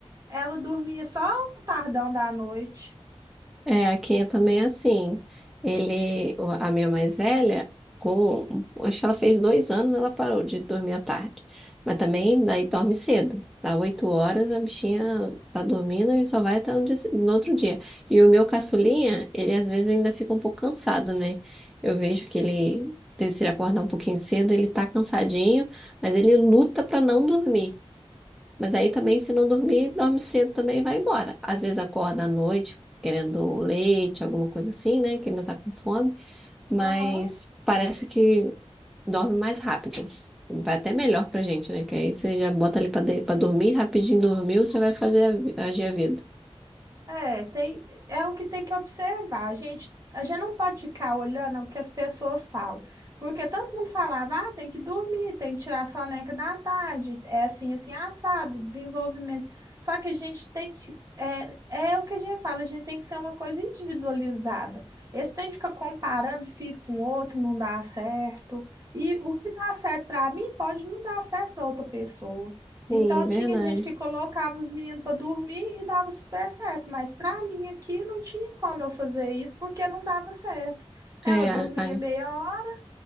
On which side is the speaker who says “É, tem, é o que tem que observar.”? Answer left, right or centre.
Right